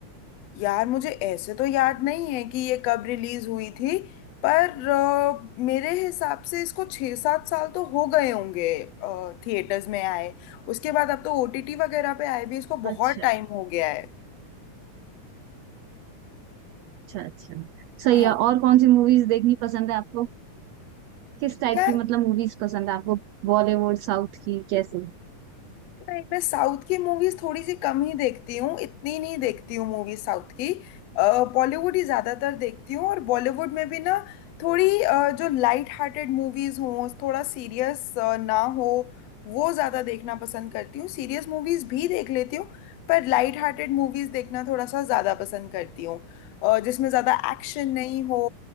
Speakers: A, on the left; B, on the right.
A: यार मुझे ऐसे तो याद नहीं है कि ये कब रिलीज हुई थी पर अ, मेरे हिसाब से इसको छः सात साल तो हो गए होंगे थिएटर्स में आए उसके बाद अब तो ओटीटी वगैरह पे आए भी इसको बहुत
B: अच्छा
A: टाइम हो गया है
B: अच्छा अच्छा सही
A: हाँ
B: है और कौन सी मूवीज देखनी पसंद है आपको किस टाइप
A: यार
B: की मतलब मूवीज पसंद है आपको बॉलीवुड साउथ की कैसे
A: नहीं मैं साउथ की मूवीज थोड़ी सी कम ही देखती हूँ इतनी नहीं देखती हूँ मूवीज साउथ की बॉलीवुड ही ज्यादातर देखती हूँ और बॉलीवुड में भी ना थोड़ी अ, जो लाइट हार्टेड मूवीज हों थोड़ा सीरियस ना हो वो ज्यादा देखना पसंद करती हूँ सीरियस मूवीज भी देख लेती हूँ पर लाइट हार्टेड मूवीज देखना थोड़ा सा ज्यादा पसंद करती हूँ अ, जिसमें ज्यादा एक्शन नहीं हो